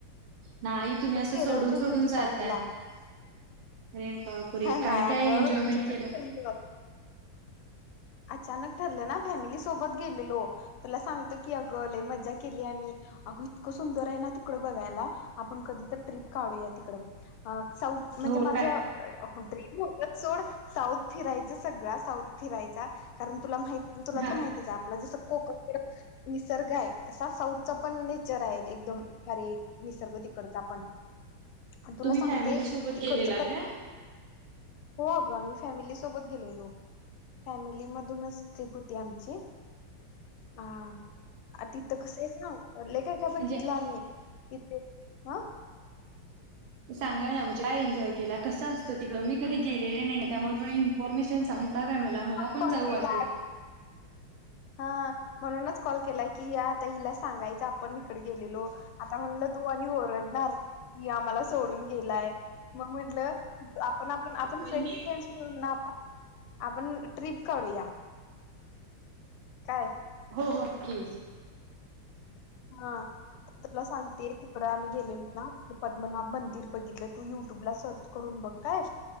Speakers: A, on the right (about 70°); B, on the left (about 85°).
A: नाही तुम्ही असं
B: केरळ
A: सोडून
B: ट्रिप
A: सोडून
B: होती
A: जातय
B: साऊथला
A: अरे बापरे
B: ह
A: काय
B: नाही
A: काय
B: अगं
A: एन्जॉयमेंट
B: अचानक
A: केलाय?
B: ठरलं अचानक ठरलं ना फॅमिली सोबत गेलेलो तुला सांगत की अग लय मजा केली आम्ही अगं इतकं सुंदर आहे ना तिकड बघायला आपण कधी तर ट्रीप काढूया तिकड अं साऊथ म्हणजे
A: हो
B: माझं
A: काय
B: अ अ ड्रीम हो ते सोड साऊथ फिरायचं सगळा साऊथ फिरायचा. कारण तुला माहित तुला
A: हा
B: तर माहतीच हाय आपला जसं कोकण कड निसर्ग हाय तसा साऊथचा पण नेचर आहे एकदम अरे निसर्ग तिकडचा पण आणि तुला
A: तुम्ही
B: सांगते
A: फॅमिली सोबत
B: तिकडचं
A: गेलेला काय?
B: हो अगं आमही फॅमिली सोबत गेलेलो फॅमि ल्लीमधूनच ट्रीप होती आमची हा तिथं कसं हेच नव्हत लय काय काय
A: म्हणजे
B: बघितलं आम्ही. इथे हं
A: सांगाय नाय म्हणजे काय एन्जॉय केला कसं असतं तिकडं मी कधी गेलेले नाही त्यामुळे थोडी इन्फॉर्मेशन सांगता काय मला मला पण
B: कॉल
A: जाऊ
B: केला
A: वाटेल.
B: हा म्हणूनच कॉल केलाय की या आता हिला सांगायच आप आपण इकडे गेलेलो आता म्हटलं तू आणि ओरडणार, की आम्हाला सोडून गेलाय, मग म्हटलं आपण, आपण, आपण
A: वहिनी
B: फ्रेंड्स, फ्रेंड्स म्हणून ना आप आपण ट्रिप कढूया. काय?
A: हो होय की.
B: हा तुला सांगते, तिकड आम्ही गेलेलो ना पद्मनाभ मंदिर बघितलं तू युट्यूब ला सर्च करून बघ काय.